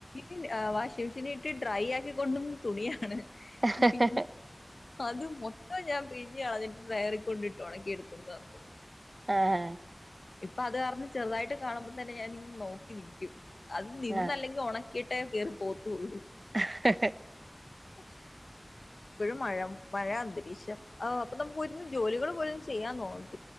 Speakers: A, on the left; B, on the right.
A: ഇൻ വാഷിംഗ് മെഷീനിട്ട് ഡ്രൈ ആക്കി കൊണ്ടന്ന തുണിയാണ്.....
B: ഹ്‌ഹ
A: പിന്നെ അത് മൊത്ത ഞാൻ പിഴിഞ്ഞ് അതിൻ്റെ ഡയറിക്കൊണ്ടിട്ടുണക്കി എടുത്തോണ്ട് വന്നത്......
B: ഏഹ്
A: ഇപ്പൊ അത് കാരണ ചെറുതായിട്ട് കാണുമ്പോ തന്നെ ഞാനി നോക്കി നിക്കും അത് നിന്നല്ലെങ്കി
B: ആ
A: ഉണ..... കിട്ടേ കേറി പോത്തുള്ളൂ.....
B: ഹെ ഹെഹ്
A: <unintelligible> ഇപ്പോഴും മഴം മഴ അന്തരീക്ഷം ആഹ് അപ്പൊ നമുക്ക് ഇരുന്ന് ജോലികൾ പോലും ചെയ്യാൻ തോന്നു......